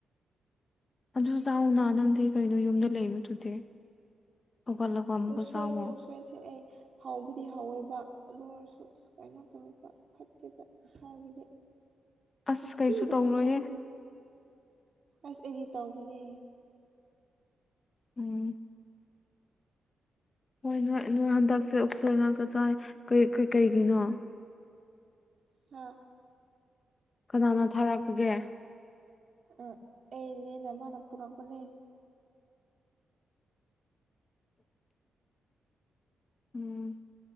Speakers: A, on the left (about 40°); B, on the right (about 60°).
A: ꯑꯗꯨ ꯆꯥꯎꯅꯥ ꯅꯪꯗꯤ ꯀꯩꯅꯣ ꯌꯨꯝꯗ ꯂꯩꯕꯗꯨꯗꯤ ꯍꯧꯒꯠꯂꯒ ꯑꯃꯨꯛꯀ
B: ꯎꯁꯣꯏꯅꯤ
A: ꯆꯥꯋꯣ
B: ꯎꯁꯣꯏꯁꯦ ꯑꯩ ꯍꯥꯎꯕꯗꯤ ꯍꯥꯎꯋꯦꯕ ꯑꯗꯨ ꯑꯣꯏꯔꯁꯨ ꯁꯨꯃꯥꯏꯅ ꯇꯧꯋꯦꯕ ꯐꯠꯇꯦꯕ ꯏꯁꯥꯒꯤꯗꯤ
A: ꯑꯁ
B: ꯅꯨꯡꯇꯤ
A: ꯀꯩꯁꯨ
B: ꯑꯗꯨꯃꯥꯏꯅ
A: ꯇꯧꯔꯣꯏꯍꯦ
B: ꯆꯥꯕꯗꯣ ꯑꯁ ꯑꯩꯗꯤ ꯇꯧꯕꯅꯦ
A: ꯎꯝ ꯍꯣꯏ ꯅꯣꯏ ꯅꯣꯏ ꯍꯟꯗꯛꯁꯦ ꯎꯠꯁꯣꯏ ꯉꯥꯛꯇ ꯆꯥꯏ ꯀꯩ ꯀꯩ ꯀꯩꯒꯤꯅꯣ
B: ꯍꯥ
A: ꯀꯅꯥꯅ ꯊꯥꯔꯛꯄꯒꯦ
B: ꯑ ꯑꯩꯅꯦ ꯅꯃꯥꯅ ꯄꯨꯔꯛꯄꯅꯦ
A: ꯎꯝ